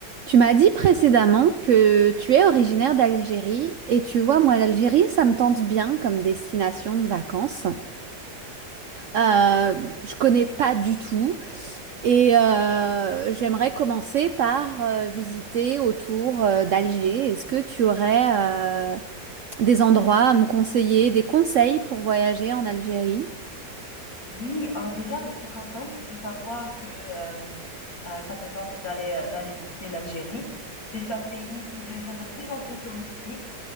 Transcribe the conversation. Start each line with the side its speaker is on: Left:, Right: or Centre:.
Right: Tu m'as dit précédemment que tu es originaire d'Algérie et tu vois, moi, l'Algérie, ça me tente bien comme destination de vacances. Euh, je connais pas du tout et euh, j'aimerais commencer par euh, visiter autour euh, d'Alger. Est-ce que tu aurais euh, des endroits à me conseiller, des conseils pour voyager en Algérie?
Left: Oui, ah, déjà, je suis contente de savoir que euh, euh, ça te tente d'aller euh, d'aller visiter l'Algérie. C'est un pays qui devient de plus en plus touristique